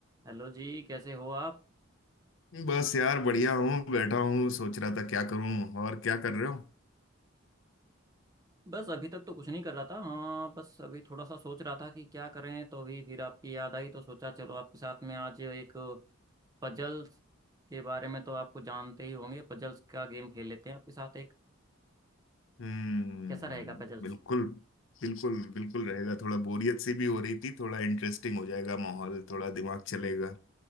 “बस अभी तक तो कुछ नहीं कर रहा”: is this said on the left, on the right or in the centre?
Right